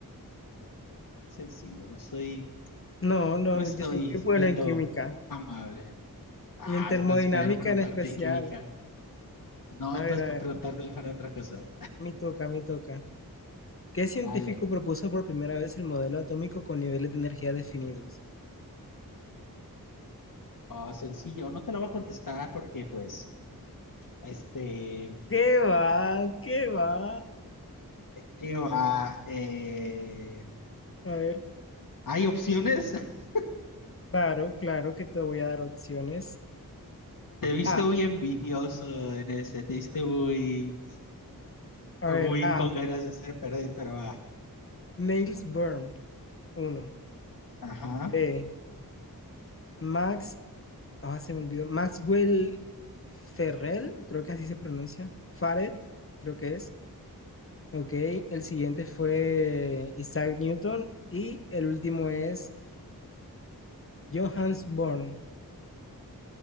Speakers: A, on the left; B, on the left.
A: Muy sencillo, no estoy,
B: No, no,
A: no
B: no,
A: estoy
B: yo soy muy bueno
A: viendo
B: en química
A: amable. Ah,
B: y en termodinámica
A: entonces para ya no preguntarte
B: en especial.
A: de química. No,
B: A
A: entonces
B: ver, a
A: para
B: ver,
A: preguntarte mejor de otra cosa.
B: me toca, me toca. ¿Qué científico
A: Dale.
B: propuso por primera vez el modelo atómico con niveles de energía definidos?
A: Oh, sencillo, no te lo voy a contestar porque pues, este,
B: ¿Qué va? ¿Qué va?
A: ¿qué va? Eh,
B: A ver,
A: ¿hay opciones? <laughs>
B: claro, claro que te voy a dar opciones.
A: Te viste
B: A,
A: muy envidioso en ese, te viste muy,
B: a
A: muy
B: ver, A,
A: con ganas de hacer perder, pero va.
B: Niels Bohr, uno.
A: Ajá.
B: B, Max, ah, se me olvidó, Maxwell Ferrell, creo que así se pronuncia. Farad, creo que es. Ok, el siguiente fue Isaac Newton y el último es Johannes Born.